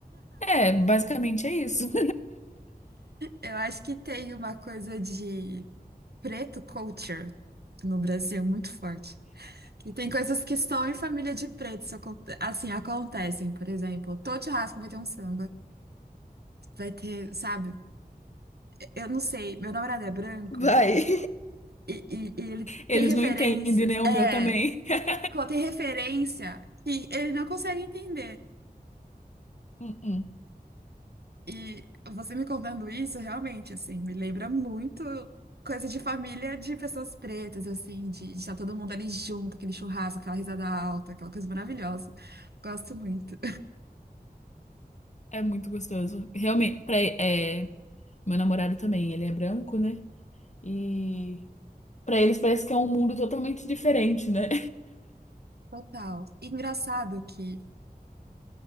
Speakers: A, on the left; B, on the right.
A: É, basicamente é isso.
B: Eu acho que tem uma coisa de preto culture no Brasil muito forte. E tem coisas que só em família de preto isso acon- assim acontecem. Por exemplo, todo churrasco vai ter um samba. Vai ter, sabe? Eu não sei, meu namorado é branco
A: <laughs> Vai.
B: e, e- e ele
A: Eles
B: tem referências.
A: não entendem, né? O
B: É,
A: meu também. <laughs>
B: pô, tem referência que ele não consegue entender.
A: Uh-uh.
B: E você me contando isso, realmente, assim, me lembra muito coisa de família de pessoas pretas, assim, de, de estar todo mundo ali junto, aquele churrasco, aquela risada alta, aquela coisa maravilhosa. Gosto muito.
A: É muito gostoso. Realmente, pra, é, meu namorado também, ele é branco, né? E pra eles parece que é um mundo totalmente diferente, né?
B: Total. Engraçado que